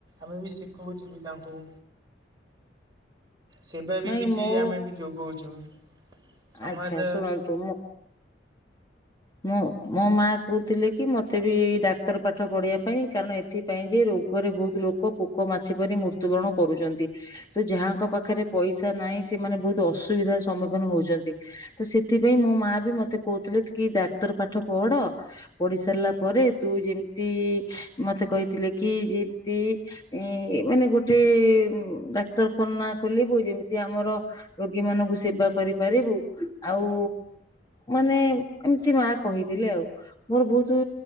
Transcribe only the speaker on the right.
ଆମେ ବି ଶିଖଉଛୁ ବି ତାଙ୍କୁ। ସେବା ବି
କିଛି
ଆମେ ବି ଯୋଗଉଛୁ। ସମାଜ